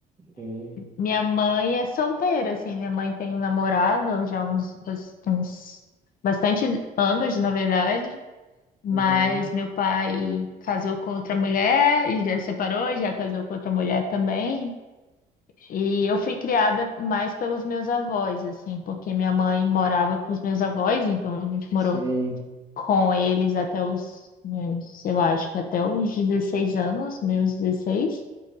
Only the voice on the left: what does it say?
Minha mãe é solteira, assim. Minha mãe tem um namorado já há uns, bas- uns bastantes anos, na verdade. Mas
meu pai casou com outra mulher e já separou, já casou com outra mulher também. E eu fui criada mais pelos meus avós, assim, porque minha mãe morava com os meus avós, então a gente morou
com eles até os, meus, sei lá, acho que até os 16 anos, meus 16